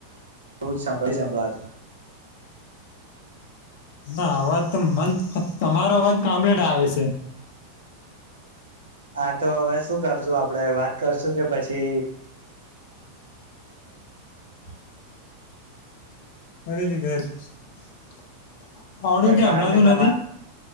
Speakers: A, on the right (about 70°); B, on the left (about 50°).
A: એવુ <unintelligible> સંભળાતું
B: ના અવાજ તો મન તમારો અવાજ કમ્પ્લીટ આવે છે.
A: હા તો હવે શું કરશું આપડે વાત કરશું કે પછી <unintelligible>
B: <inaudible> આવડું કે
A: કારણ
B: હમણાં <unintelligible> નથી.
A: તમા